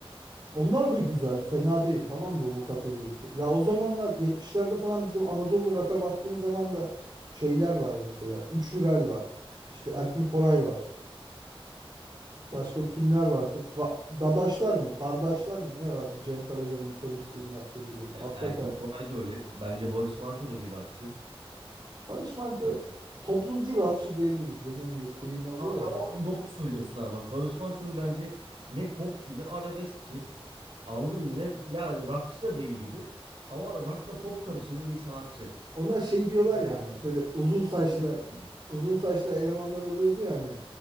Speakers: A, on the right (about 50°); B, on the right (about 70°).
A: Onlar da güzel, fena değil tamam mı bu kategoride? Ya o zamanlar 70'lerde falan bizim Anadolu rock'a baktığın zaman da şeyler var mesela. Üç Hürel var. İşte Erkin Koray var. Başka kimler vardı? Ga- Dadaşlar mı? Kardeşler mi? Ne vardı? Cem Karaca'nın solistliğini yaptığı bir grup.
B: Ya
A: Hatta
B: Erkin
A: ke-
B: Koray da öyle. Bence Barış Manço da bir rockçı.
A: Barış Manço
B: Ee,
A: toplumcu rockçı diyebiliriz. Dediğin gibi Queen oluyor
B: a- ama
A: ya.
B: doğru söylüyorsun abi. Bak Barış Manço'nun bence ne popçu ne arabeskçi. Anladın mı? Ne ya rockçı da değil gibi. Ama rockla pop karışımı bir sanatçı.
A: Ona şey diyorlar
B: Abi
A: ya hani böyle uzun saçlı
B: progresif biri.
A: uzun saçlı elemanlar oluyordu ya hani